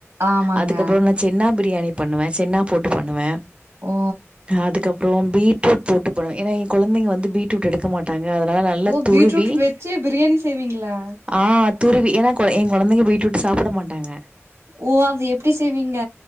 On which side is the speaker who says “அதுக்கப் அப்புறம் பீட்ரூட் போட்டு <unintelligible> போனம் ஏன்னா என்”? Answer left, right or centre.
Right